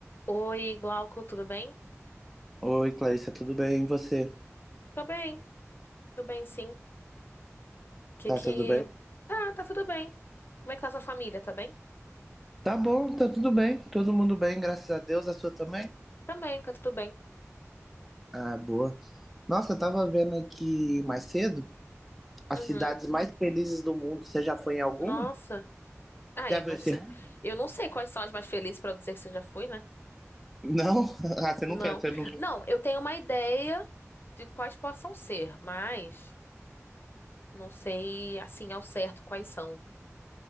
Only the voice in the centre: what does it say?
Oi, Clarissa, tudo bem? E você?
Tá
tudo bem?
Tá bom, tá tudo bem. Todo mundo bem, graças a Deus. A sua também?
Ah, boa. Nossa, eu tava vendo aqui mais cedo as
cidades mais felizes do mundo. Você já foi em alguma?
Já
viu
esse
ranking?
Não? <laughs> Ah, você
nunca, você não...